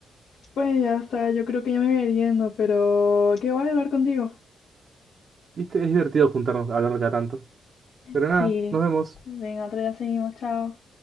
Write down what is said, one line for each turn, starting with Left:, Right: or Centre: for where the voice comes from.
Left: Pues ya está, yo creo que ya me voy a ir yendo, pero qué guay hablar contigo.
Right: viste, es divertido juntarnos a hablar cada tanto. Pero
Left: Sí,
Right: nada, nos vemos.
Left: venga, otro día seguimos, chao.